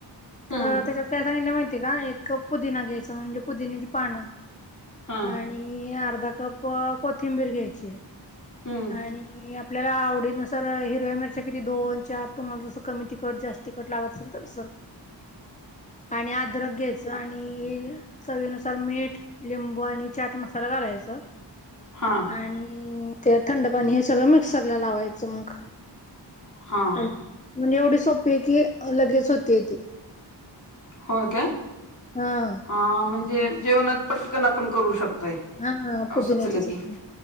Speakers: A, on the left; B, on the left.
A: हम्म
B: तर त्याच्यात काय सांगलं माहितीय का एक कप पुदिना घ्यायचा म्हणजे पुदिन्याची पानं
A: हा
B: आणि अर्धा कप कोथिंबीर घ्यायचीये
A: हम्म
B: आणि आपल्याला आवडीनुसार हिरव्या मिरच्या किती दोन चार तुम्हाला जसं कमी तिकट जास्त लागत असल तस आणि आदरक घेयच आणि चवीनुसार मीठ, लिंबू आणि चाट मसाला घालायच.
A: हा
B: आणि त्या थंड पाणी हे सगळं मिक्सरला लावायचं मग
A: हा
B: अनं
A: हा
B: म्हणजे एवढी सोपी ये की लगेच होते ती
A: होय काय?
B: हा
A: हा म्हणजे जेवणात पटकन आपण करू शकतोय.
B: हा
A: अ
B: पुदिन्याची
A: सुुचलं
B: चटणी
A: की